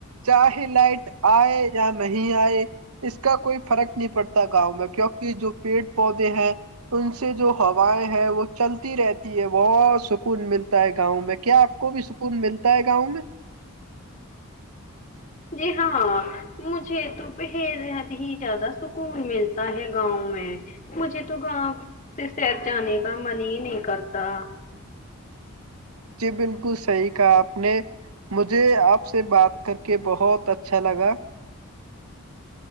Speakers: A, on the right; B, on the left.
A: چاہے لائٹ آئے یا نہیں آئے اس کا کوئی فرق نہیں پڑتا گاؤں میں کی جو پیڑ پودے ہیں ان سے جو ہوائیں ہیں وہ چلتی رہتی ہے بہت سکون ملتا ہے گاؤں میں کیا آپ کو بھی سکون ملتا ہے گاؤں میں
B: جی ہاں مجھے تو بہد ہی زیادہ سکون ملتا ہے گاؤں میں مجھے تو گاؤں سے سیر جانے کا من ہی نہیں کرتا
A: جی بالکل صحیح کہا آپ نے مجھے آپ سے بات کر کے بہت اچھا لگا